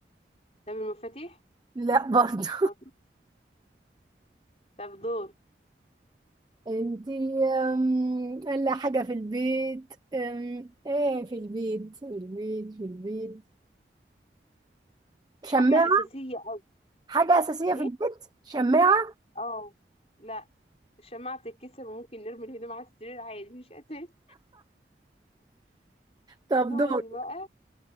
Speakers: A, on the left; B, on the right.
A: طب المفاتيح
B: لا برضو <laughs>
A: طب طب دور
B: انتي آم، الا حاجة في البيت آم، ايه في البيت في البيت في البيت شماعة
A: حاجة أساسية أوي
B: حاجة أساسية
A: إيه
B: في البيت شماعة
A: اه لا الشماعة بتتكسر وممكن نرمي الهدوم على السرير عادي مش أساسي
B: طب
A: دوري
B: دور
A: بقى